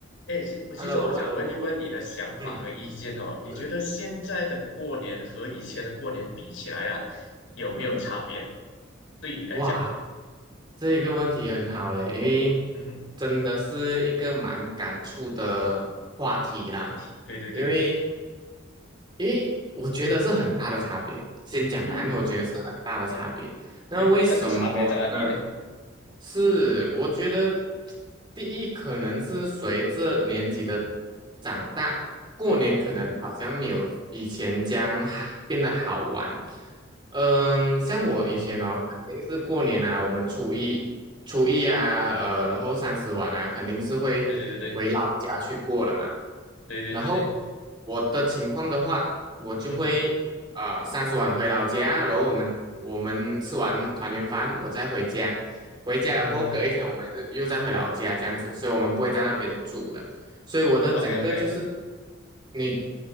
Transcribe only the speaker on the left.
哎，其其实我想问一问你的想法和意见哦，
你觉得现在的过年和以前的过年比起来啊，
有没有差别？
对你来讲，
嗯哼，
话题，对对对，
嗯，
对，但是差别在哪里呢？
嗯哼，
嗯，
对对对对对对对对，
嗯哼，
嗯哼
，OK OK，